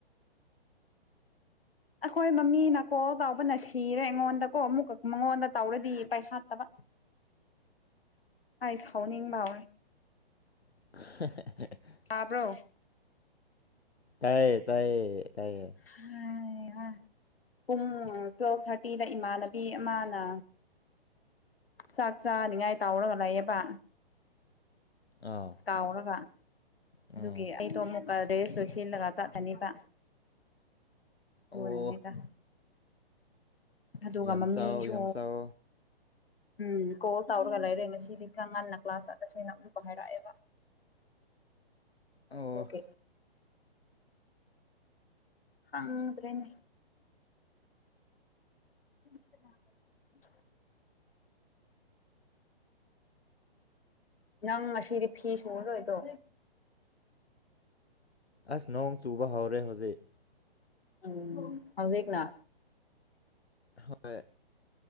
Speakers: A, on the left; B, on the left.
A: ꯑꯈꯣꯏ ꯃꯃꯤꯅꯥ ꯀꯣꯜ ꯇꯧꯕꯅ ꯁꯤꯔꯦ ꯑꯩꯉꯣꯟꯗꯀꯣ ꯑꯃꯨꯛꯀ ꯃꯉꯣꯟꯗ ꯇꯧꯔꯗꯤ ꯄꯥꯏꯈꯠꯇꯕ ꯑꯩ ꯁꯥꯎꯅꯤꯡꯕ ꯍꯧꯔꯦ
B: <unintelligible>
A: ꯇꯥꯕ꯭ꯔꯣ
B: ꯇꯥꯏꯌꯦ ꯇꯥꯏꯌꯦ ꯇꯥꯏꯌꯦ
A: ꯍꯩ ꯍꯥ ꯄꯨꯡ ꯇꯨꯋꯦꯜꯐ ꯊꯥꯔꯇꯤꯗ ꯏꯃꯥꯟꯅꯕꯤ ꯑꯃꯅ ꯆꯥꯛ ꯆꯥꯅꯤꯡꯉꯥꯏ ꯇꯧꯔꯒ ꯂꯩꯌꯦꯕ
B: ꯑꯥ
A: ꯀꯥꯎꯔꯒ ꯑꯗꯨꯒꯤ
B: ꯎꯝ
A: ꯑꯩꯗꯣ ꯑꯃꯨꯛꯀ ꯔꯦꯁ ꯂꯣꯏ ꯁꯤꯜꯂꯒ ꯆꯠꯂꯅꯤꯕ ꯑꯗꯨꯅꯅꯤꯗ
B: ꯑꯣ
A: ꯑꯗꯨꯒ
B: ꯌꯥꯝ
A: ꯃꯃꯤꯁꯨ
B: ꯆꯥꯎ ꯌꯥꯝ ꯆꯥꯎ
A: ꯎꯝ ꯀꯣꯜ ꯇꯧꯔꯒ ꯂꯩꯔꯦ ꯉꯁꯤꯗꯤ ꯈꯔ ꯉꯟꯅ ꯀ꯭ꯂꯥꯁ ꯆꯠꯂꯁꯦꯅ ꯑꯃꯨꯛꯀ ꯍꯥꯏꯔꯛꯑꯦꯕ
B: ꯑꯣ
A: ꯑꯗꯨꯒꯤ ꯈꯪꯗ꯭ꯔꯦꯅꯦ <inaudible> ꯅꯪ ꯉꯁꯤꯗꯤ ꯐꯤ ꯁꯨꯔꯔꯣꯏꯗꯣ
B: ꯑꯁ ꯅꯣꯡ ꯆꯨꯕ ꯍꯧꯔꯦ ꯍꯧꯖꯤꯛ
A: ꯎꯝ ꯍꯧꯖꯤꯛꯅ
B: ꯍꯣꯏ